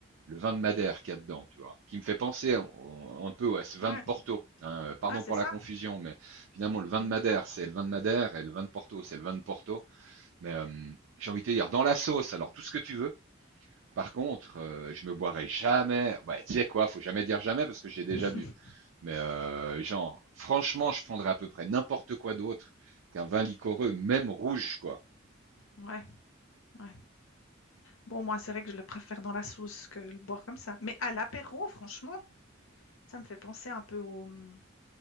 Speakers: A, on the right; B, on the left.
A: le vin de Madère qu'il y a dedans, tu vois, qui me fait penser un, un peu à ce vin
B: Ouais,
A: de Porto. hein, euh, pardon
B: ouais, c'est
A: pour
B: ça,
A: la confusion, mais finalement le vin
B: mais
A: de Madère,
B: c'est ça.
A: c'est le vin de Madère, et le vin de Porto, c'est le vin de Porto. Mais euh, j'ai envie de te dire, dans la sauce, alors tout ce que tu veux. Par contre, euh, je me boirai jamais. Ouais, tu sais quoi, faut jamais dire jamais parce que j'ai déjà
B: <laughs>
A: bu. Mais euh, genre, franchement, je prendrais à peu près n'importe quoi d'autre qu'un vin liquoreux, même rouge, quoi.
B: Ouais, ouais. Bon, moi, c'est vrai que je le préfère dans la sauce que le boire comme ça. Mais à l'apéro, franchement, ça me fait penser un peu au... hum,